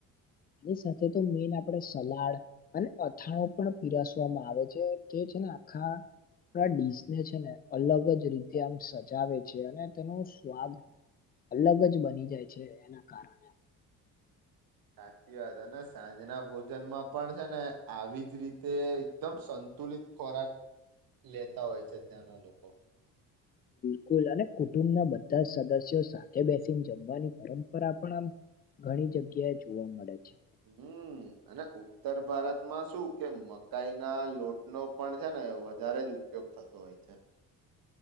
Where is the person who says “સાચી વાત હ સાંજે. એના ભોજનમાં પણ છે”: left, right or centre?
Right